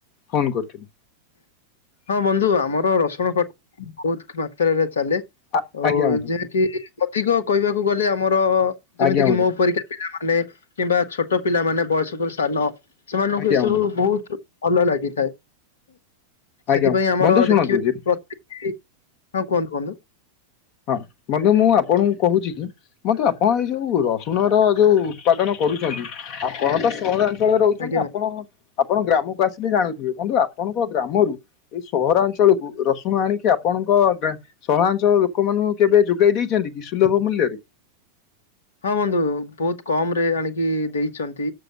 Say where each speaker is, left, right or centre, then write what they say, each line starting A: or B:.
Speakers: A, on the left; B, on the left.
A: ଫୋନ କରିଥିଲି।
B: ହଁ ବନ୍ଧୁ ଆମର ରସୁଣ କଟ ବହୁତ ମାତ୍ରାରେ ଚାଲେ।
A: ଆ-
B: ଆଉ
A: ଆଜ୍ଞା ବନ୍ଧୁ
B: ଯେ କିି ଅଧିକ କହିବାକୁ ଗଲେ ଆମର ଯେମିତି
A: ଆଜ୍ଞା
B: କିି
A: ବନ୍ଧୁ
B: ମୋ ପରୀ ପିଲାମାନେ କିମ୍ବା ଛୋଟ ପିଲାମାନେ ବୟସକରୁ ସାନ ସେମାନଙ୍କୁ
A: ଆଜ୍ଞା
B: ଏସବୁ
A: ବନ୍ଧୁ
B: ବହୁତ ଅଲ ଲାଗିଥାଏ।
A: ଆଜ୍ଞା
B: ସେଥିପାଇଁ ଆମର
A: ବନ୍ଧୁ ଶୁଣନ୍ତୁ
B: ଦେଖିବେ
A: ଯେ
B: ହ କୁହନ୍ତୁ କୁହନ୍ତୁ।
A: ହଁ ବନ୍ଧୁ ମୁଁ ଆପଣଙ୍କୁ କହୁଛି କି ମତେ ଆପଣ ଏଇ ଯୋଉ ରସୁଣ ର ଯୋଉ ଉତ୍ପାଦନ କରୁଛନ୍ତି ଆପଣ ତ ସହରା ରହୁଛନ୍ତି
B: ଆଜ୍ଞା
A: ଆପଣ ଆପଣ ଗ୍ରାମକୁ ଆସିଲେ ଜାଣୁଥିବେ ବଧୁ ଆପଣଙ୍କ ଗ୍ରାମରୁ ଏଇ ସହରାଞ୍ଚଳକୁ ରସୁଣ ଆଣିକି ଆପଣଙ୍କ ସହରାଞ୍ଚଳ ଲୋକମାନଙ୍କୁ କେବେ ଯୋଗାଇ ଦେଇଛନ୍ତି କି ସୁଲଭ ମୂଲ୍ୟରେ।
B: ହଁ ବନ୍ଧୁ ବହୁତ କମ ରେ ଆଣିକି ଦେଇଛନ୍ତି